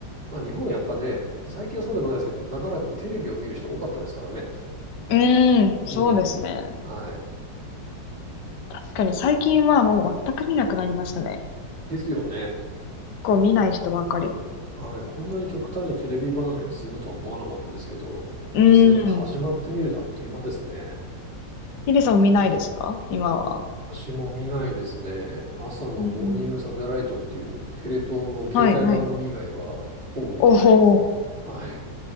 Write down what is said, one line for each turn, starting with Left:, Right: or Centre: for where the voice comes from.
Right: まあ、日本はやっぱね、最近はそうでもないですけど、長らくテレビを見る人多かったですからね。
Left: うん、そうですね。
Right: うん。はい。
Left: 確かに最近はもう全く見なくなりましたね。
Right: ですよね。
Left: 結構見ない人ばかり。
Right: はい、こんなに極端にテレビ離れが進むとは思わなかったですけど、
Left: うん。
Right: 実際に始まってみるとあっという間ですね。
Left: ヒデさん見ないですか今は。
Right: 私も見ないですね。朝のモーニングサテライトっていうテレ東の経済番組以外はほぼ見てないです。
Left: うん。はい、はい。おお、
Right: はい。